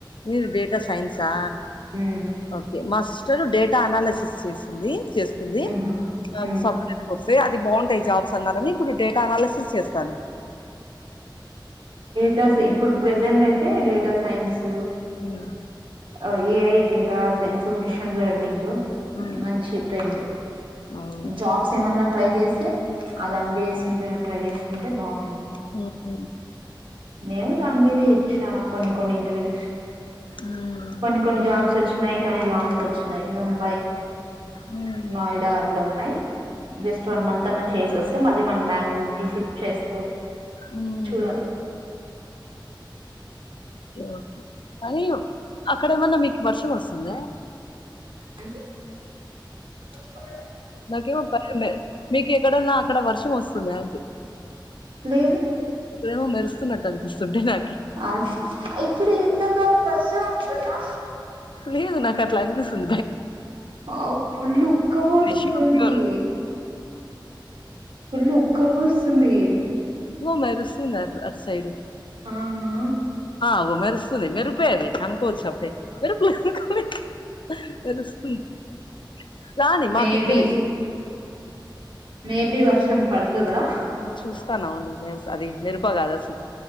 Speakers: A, on the left; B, on the right.
A: మీరు డేటా సైన్సా
B: ఉమ్
A: ఓకే మాసిస్ చాలు డేటా అనాలిసిస్ చేసింది చేస్తుంది
B: ఉమ్ ఉమ్
A: సాఫ్ట్వేర్ కో అది బాగుంటాయి జాబ్స్ అన్నారని ఇప్పుడు డేటా అనాలిసిస్ చేస్తారూ
B: దస్ ఇప్పుడు ప్రెజెంట్ అయి డేట్ సైన్సు
A: ఉమ్,
B: అ ఏ డేటా సైన్స్ మిషన్ లర్నింగ్
A: ఉమ్,
B: మంచి ట్రెండ్
A: అవును
B: జాబ్స్ ఏమన్న ట్రై చేసి ఆ దాని బేస్ మీద ట్రై చేసుకుంటే బాగు
A: హహ
B: నేము దాని మీదే ఇచ్చా కొన్ని కొన్ని ఇంటర్వ్యూస్
A: ఆమ్
B: కొన్ని కొన్ని జాబ్స్ వచ్చినాయి కానీ లాంగ్ వచ్చినాయి ముంబై
A: ఉమ్,
B: నాయిడా అట్లా ఉన్నాయి జస్ట్ వన్ మంత్ అన్న చేసి వస్తే మళ్ళీ మనం బెంగళూరు కి షిఫ్ట్ చేసుకోవచ్చు
A: హ్మ్
B: చూడాలి
A: ఓకే ఓకే అనీ అక్కడ ఏమన్నా మీకు వర్షం వస్తుందా
B: ఏ <unintelligible>
A: నాకేమొ <unintelligible> మీకు ఎక్కడన్నా అక్కడ వర్షం వస్తుందా అంటి
B: లేదు
A: ఇప్పుడేమో మెరుస్తున్నట్టు అనిపిస్తుంటే నా
B: అ <unintelligible> ఇప్పుడు ఎండా కాలం వర్షం వస్తదా
A: లేదు నాకట్ల అనిపిస్తుం
B: ఆ ఫుల్లు ఉక్కపోస్తోంది
A: ష్యూర్ ష్యూర్
B: ఫుల్ ఉక్క బోస్తుంది
A: మొ మెరుస్తుంది అట్ల అటు సైడు
B: అవునా
A: ఆ మెరుస్తుంది మెరిపే అవి కనుకోవచ్చు అప్పుడే మెరుపులు <unintelligible> రానీ
B: మేబి
A: మాకిక్కడ
B: మేబి వర్షం పడుతదా
A: చూస్తానం ఉండు మెరు అది మెరుప గాదా చూ